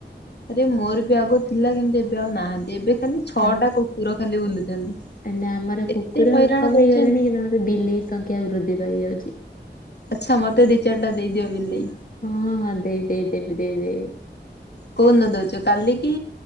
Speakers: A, on the left (about 70°); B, on the left (about 50°).
A: ଆରେ ମୋର ବି ଆଗୁ ଥିଲା କିନ୍ତୁ ଏବେ ଆଉ ନାହାନ୍ତି ଏବେ ଖାଲି ଛଅଟା
B: ହଁ।
A: କୁକୁର ଖାଲି ବୁଲୁଛନ୍ତି।
B: ନା ଆମର
A: ଏତେ
B: କୁକୁର
A: ହଇରାଣ
B: କମିଗଲେଣି
A: କରୁଛନ୍ତି
B: କିନ୍ତୁ ଆମର ବିଲେଇ ସଂଖ୍ୟା ବୃଦ୍ଧି ପାଇଯାଉଛି।
A: ଆଚ୍ଛା ମତେ ଦି ଚାରିଟା ଦେଇଦିଅ ବିଲେଇ।
B: ହଁ ହଁ ଦେଇ ଦେଇ ଦେବି ଦେଇ ଦେବି।
A: କୋଉ ଦିନ ଦଉଛୁ କାଲି କି